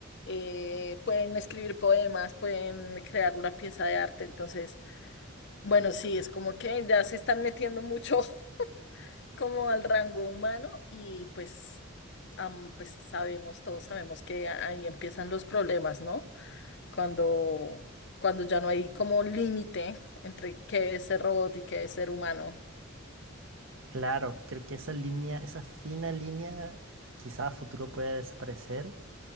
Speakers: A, on the left; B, on the right.
A: eh, pueden escribir poemas, pueden crear una pieza de arte, entonces... Bueno, sí, es como que ya se están metiendo mucho <laughs> como al rango humano y pues, am- pues sabemos, todos sabemos que ahí empiezan los problemas, ¿no? Cuando, cuando ya no hay como límite entre qué es ser robot y qué es ser humano.
B: Claro, creo que esa línea, esa fina línea, quizás a futuro pueda desaparecer.